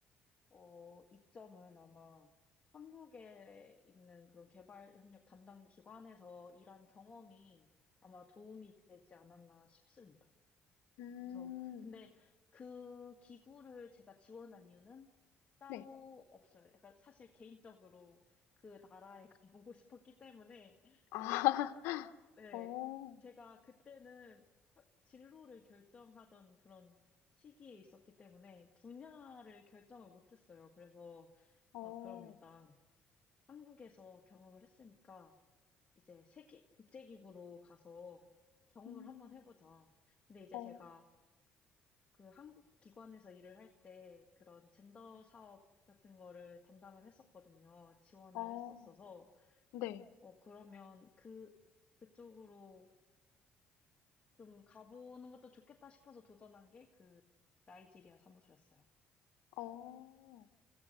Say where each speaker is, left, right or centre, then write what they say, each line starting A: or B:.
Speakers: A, on the left (about 30°); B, on the left (about 85°).
A: 어, 이점은 아마 한국에 있는 그런 개발협력 담당 기관에서 일한 경험이 아마 도움이 되지 않았나 싶습니다.
B: 음,
A: 그래서 근데 그 기구를 제가 지원한 이유는 따로
B: 네.
A: 없어요. 약간 사실 개인적으로 그 나라에 <laughs> 가보고 싶었기 때문에
B: 아, <laughs>
A: 네
B: 어,
A: 제가 그때는 진로를 결정하던 그런 시기에 있었기 때문에 분야를 결정을 못했어요. 그래서
B: 어,
A: 아 그럼 일단 한국에서 경험을 했으니까 이제 세계 국제기구로 가서 경험을
B: 음,
A: 한번 해보자. 근데 이제
B: 어,
A: 제가 그 한국 기관에서 일을 할 때 그런 젠더 사업 같은 거를 담당을 했었거든요. 지원을
B: 어,
A: 했었어서,
B: 네.
A: 어, 그러면 그, 그쪽으로 좀 가보는 것도 좋겠다 싶어서 도전한 게 그 나이지리아 사무소였어요.
B: 어.